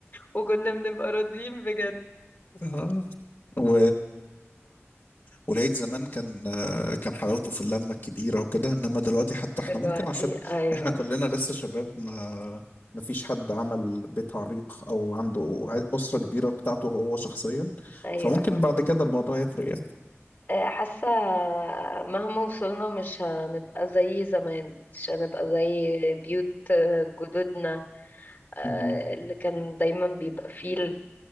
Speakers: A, on the left (about 35°); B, on the left (about 50°).
A: وكنا بنبقى راضيين بجد
B: <laughs> اه و... ولقيت زمان كان كان حلاوته في اللمة الكبيرة وكده انما دلوقتي حتى احنا
A: دلوقتي
B: ممكن عشان
A: ايوه
B: احنا كلنا لسه شباب ما ما فيش حد عمل بيت عريق او عنده ع- أسرة كبيرة بتاعته هو شخصيا
A: ايوه
B: فممكن بعد كده الموضوع يفرق يعني
A: آه، حاسة مهما وصلنا مش هنبقى زي زمان مش هنبقى زي بيوت آه، جدودنا آه،
B: مم.
A: اللي كان دايما بيبقى فيه